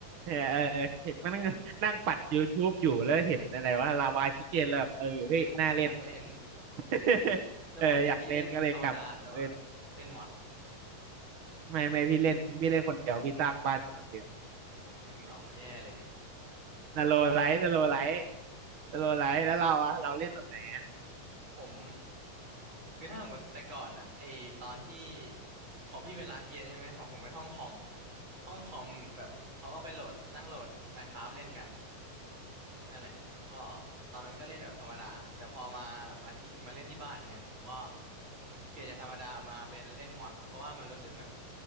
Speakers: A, on the right; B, on the right.
A: <laughs> เออเออเห็นมันนั่งนั่งปัด YouTube อยู่แล้วเห็นอะไรว่าลาวาชิเกนแล้วแบบเออเฮ้ยน่าเล่นว่ะ
B: อยากเล่น <laughs>
A: <laughs>
B: แล้วปกติพี่เล่นธรรมดาหรือว่าแบบเล่นมอด
A: เอออยากเล่นก็เลยกลับมาเล่นไม่ไม่พี่เล่นพี่เล่นคนเดียวพี่สร้างบ้านอยู่คนเดียว
B: โอ้โหเหงาแย่เลยดิ
A: <laughs> นาโลไลท์นาโลไลท์นาโลไลท์แล้วเราอะเราเล่นแบบไหนอะ
B: โอ้โหผม คือถ้าหมดแต่ก่อนอะไอตอนที่ของพี่เป็นร้านเกมใช่ไหม ของผมเป็นห้องคอม ห้องคอมแบบเขาก็ไปโหลดนั่งโหลด Minecraft เล่นกัน นั่นแหละก็ตอนนั้นก็เล่นแบบธรรมดาแต่พอมามาที่มาเล่นที่บ้านเนี้ยผมก็เปลี่ยนจากธรรมดามาเป็นเล่นม็อดเพราะว่ามันรู้สึกแบบ